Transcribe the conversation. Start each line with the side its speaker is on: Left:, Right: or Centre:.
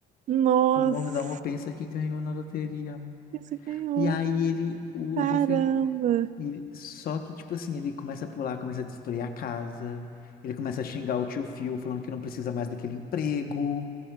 Right: Nossa.
Left: O mordomo pensa que ganhou na loteria, amor.
Right: Isso ganhou.
Left: E aí ele, o
Right: Caramba.
Left: Geoffrey E, só que, tipo assim, ele começa a pular, começa a destruir a casa, ele começa a xingar o tio Phil, falando que não precisa mais daquele emprego